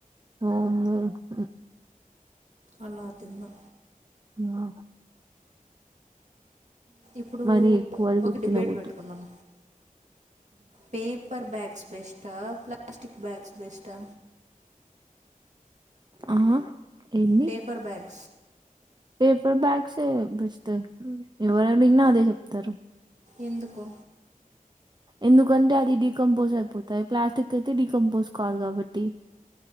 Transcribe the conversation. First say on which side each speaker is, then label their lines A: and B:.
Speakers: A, on the right; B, on the right.
A: ఆ అవన్నీ
B: అలాతిన్న
A: ఆ
B: ఇప్పుడు
A: మరి కోడి
B: ఒక
A: గూట్టిన
B: డిబేట్
A: గుట్టు
B: పెట్టుకుందాం పేపర్ బ్యాగ్స్ బెస్టా ప్లాస్టిక్ బ్యాగ్స్ బెస్టా
A: ఆ ఏంది?
B: పేపర్ బ్యాగ్
A: పేపర్ బ్యాగ్స్ సే బెస్ట్ ఎవర్ అడిగిన అదే చెప్తారు
B: ఎందుకో
A: ఎందుకంటే అది డీకంపోజ్ అయిపోతాయి ప్లాస్టిక్ అయితే డికంపోజ్ కాదు కాబట్టి